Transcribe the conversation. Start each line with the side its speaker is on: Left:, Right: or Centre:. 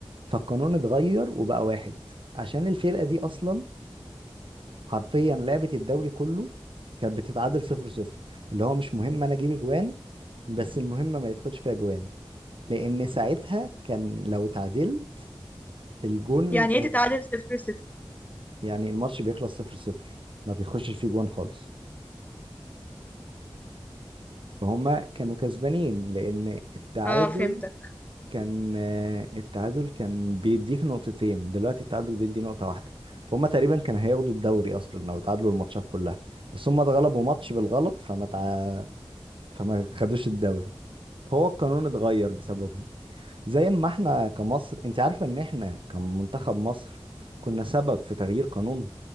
Right: فالقانون اتغير وبقى واحد عشان الفرقه دي اصلا حرفيا لعبه الدوري كله كانت بتتعادل صفر صفر اللي هو مش مهم انا اجيب اجوان بس المهم ما يدخلش فيها جوان لان ساعتها كان لو اتعادل الجون
Left: يعني ايه
Right: آه،
Left: تتعادل صفر صفر
Right: يعني الماتش بيخلص صفر صفر ما بيخشش فيه جوان خالص فهم كانوا كسبانين لان التعادل
Left: اه فهمتك
Right: كان آه، التعادل كان بيديك نقطتين دلوقتي التعادل بيدي نقطة واحدة فهم تقريبا كان هياخدوا الدوري اصلا لو تعادلوا الماتشات كلها بس هم اتغلبوا ماتش بالغلط فما تع... فما خدوش الدوري فهو القانون اتغير بسببهم زي ما احنا كمصر انت عارفة ان احنا كمنتخب مصر كنا سبب في تغيير قانون